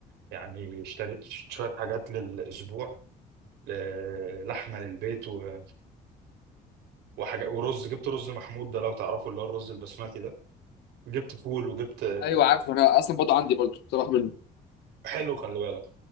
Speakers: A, on the right (about 85°); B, on the left (about 80°).
A: يعني اشتريت شوية حاجات للأسبوع آه، لحمة للبيت و- وحاجة ورز جبت رز محمود ده لو تعرفه اللي هو الرز البسمتي ده جبت فول وجبت آه،
B: ايوه عارف انا اصلا برضه عندي برضه بصراحه من
A: حلو خلي بالك